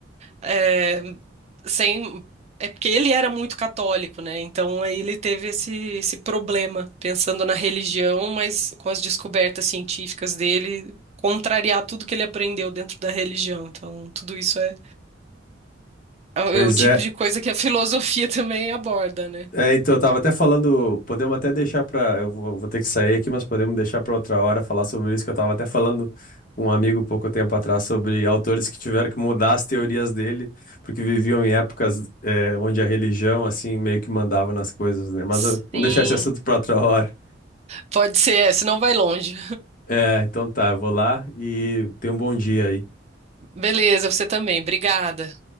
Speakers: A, on the right; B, on the left.
A: eh, sem, é porque ele era muito católico, né? Então aí ele teve esse, esse problema pensando na religião, mas com as descobertas científicas dele contrariar tudo que ele aprendeu dentro da religião. Então tudo isso é, é
B: Pois
A: o é tipo
B: é.
A: de coisa que a <laughs> filosofia também aborda, né?
B: É, então, eu tava até falando, podemos até deixar pra. eu vou, vou ter que sair aqui, mas podemos deixar pra outra hora falar sobre isso, que eu tava até falando com um amigo pouco tempo atrás sobre autores que tiveram que mudar as teorias dele, porque viviam em épocas é, onde a religião, assim, meio que mandava nas coisas, né? Mas
A: Sim,
B: eu- vamos deixar esse assunto pra outra hora.
A: pode ser, é, senão vai longe.
B: É, então tá, eu vou lá e tenha um bom dia aí.
A: Beleza, você também. Obrigada.